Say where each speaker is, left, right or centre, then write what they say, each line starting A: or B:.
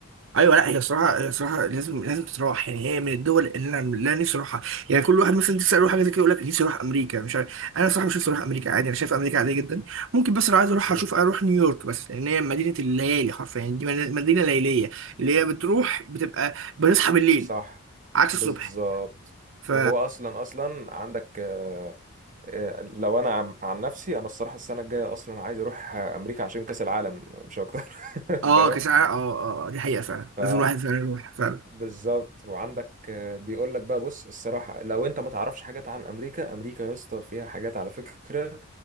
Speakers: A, on the right; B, on the right.
A: ايوه لا هي الصراحه هي الصراحه لازم لازم تتراح يعني هي من الدول اللي انا لا نفسي اروحها يعني كل واحد مثلا نفسي اروح حاجه زي كده يقول لك نفسي اروح امريكا مش عارف انا صراحه مش نفسي اروح امريكا عادي انا شايف امريكا عاديه جدا ممكن بس لو عايز اروح
B: امم
A: اشوف اروح نيويورك بس لان هي مدينه الليالي حرفيا يعني دي مدينه ليليه اللي هي بتروح بتبقى بنصحى بالليل
B: صح
A: عكس
B: بالظبط
A: الصبح ف
B: وهو أصلا أصلا عندك آه، آه، لو أنا عن عن نفسي أنا الصراحة السنة الجاية أصلا عايز أروح آه، أمريكا عشان كأس العالم مش أكتر <laughs>
A: اه
B: فاهم
A: كساعه اه اه آه، دي حقيقه فعلا
B: ف
A: لازم الواحد فعلا يروح فعلا
B: بالظبط وعندك بيقول لك بقى بص الصراحه لو انت ما تعرفش حاجات عن امريكا امريكا يا اسطى فيها حاجات على فكره